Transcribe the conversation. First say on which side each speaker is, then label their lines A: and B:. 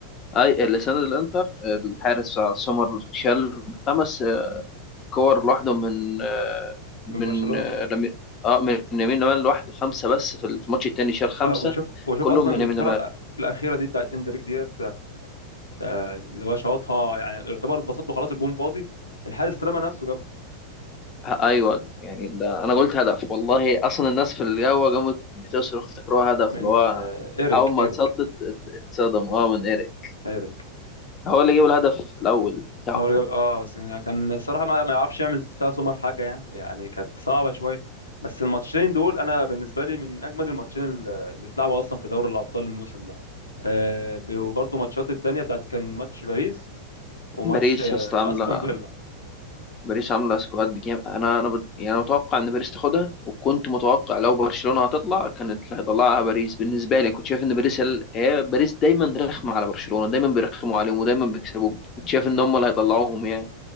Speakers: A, on the left; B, on the left.
A: اي اللي سند الانتر الحارس سومر شال خمس آه، كور لوحده من آه، من
B: من برشلونه
A: آه، لمي- اه من يمين لمال لوحده خمسه بس في الماتش التاني شال خمسه
B: اه وشوف وشوف
A: كلهم
B: اصلا
A: من يمين
B: الكره
A: لمال
B: الأ- الاخيره دي بتاعت اندريك ديت آه، اللي هو شاطها يعني يعتبر اتبسط له خلاص الجون فاضي الحارس رمى نفسه جابها
A: آه، ايوه يعني ده انا قلت هدف والله اصلا الناس في القهوه قامت بتصرخ افتكروها هدف
B: من
A: اللي هو
B: آه، ايريك
A: اول ما
B: ايريك
A: اتصدت ات- اتصدموا اه من ايريك
B: ايريك
A: هو اللي جاب الهدف الاول بتاعهم
B: هو اللي جاب اه بس يعني كان الصراحه ما, ما يعرفش يعمل فيها سومر حاجه يعني يعني كانت صعبه شويه بس الماتشين دول انا بالنسبه لي من اجمد الماتشين اللي اللي اتلعبوا اصلا في دوري الابطال الموسم ده آه، ب- وبرضه ماتشات التانية بتاعت كان ماتش باريس وماتش
A: باريس
B: آه،
A: يا اسطى عامله
B: استون فيلا
A: باريس عامله سكواد جامد انا انا بت... يعني انا متوقع ان باريس تاخدها وكنت متوقع لو برشلونه هتطلع كانت اللي هيطلعها باريس بالنسبه لي كنت شايف ان باريس ال... هي باريس دايما رخمه على برشلونه دايما بيرخموا عليهم ودايما بيكسبوهم كنت شايف
B: امم
A: ان هم اللي هيطلعوهم يعني